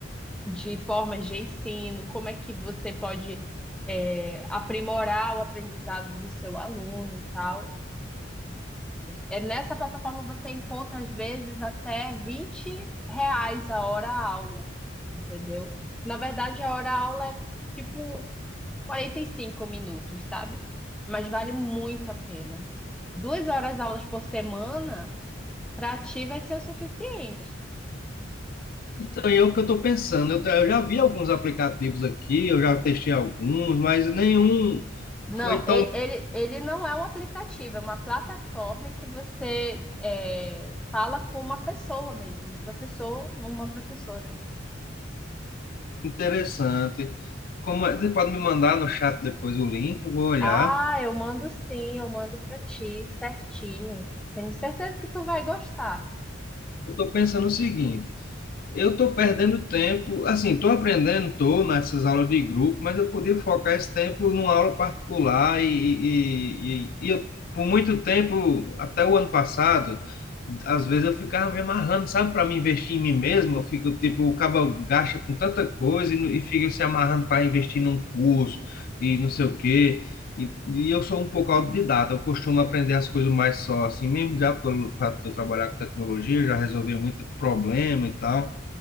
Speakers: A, in the centre; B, on the left.
A: de formas de ensino, como é que você pode é, aprimorar o aprendizado do seu aluno e tal. É, nessa plataforma você encontra, às vezes, até vinte reais a hora-aula, entendeu? Na verdade, a hora-aula é tipo 45 minutos, sabe? Mas vale muito a pena. Duas horas aulas por semana, para ti vai ser o suficiente.
B: Então, é o que eu estou pensando. Eu, eu já vi alguns aplicativos aqui, eu já testei alguns, mas nenhum
A: Não,
B: foi tão
A: e- ele, ele não é um aplicativo, é uma plataforma em que você é, fala com uma pessoa mesmo, um professor, uma professora.
B: interessante. Como, você pode me mandar no chat depois o link, eu vou olhar.
A: Ah, eu mando sim, eu mando pra ti, certinho. Tenho certeza que tu vai gostar.
B: Eu estou pensando o seguinte. Eu estou perdendo tempo, assim, estou aprendendo, estou nessas aulas de grupo, mas eu podia focar esse tempo numa aula particular e, e, e, e eu, por muito tempo, até o ano passado, às vezes eu ficava me amarrando, sabe, para me investir em mim mesmo, eu fico, tipo, o cabo gasta com tanta coisa e, não- e fica se amarrando para investir num curso e não sei o quê. E, e eu sou um pouco autodidata, eu costumo aprender as coisas mais só, assim, mesmo já pelo fato de eu trabalhar com tecnologia, já resolvi muito problema e tal.